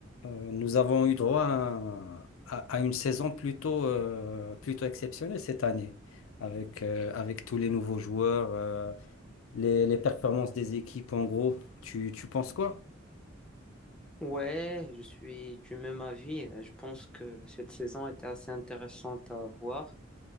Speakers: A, on the left (about 85°); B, in the centre.
A: Euh, nous avons eu droit à, à- à une saison plutôt, euh, plutôt exceptionnelle cette année, avec, euh, avec tous les nouveaux joueurs, euh, les, les performances des équipes en gros. Tu, tu penses quoi?
B: Ouais, je suis du même avis. Euh, Je pense que cette saison était assez intéressante à voir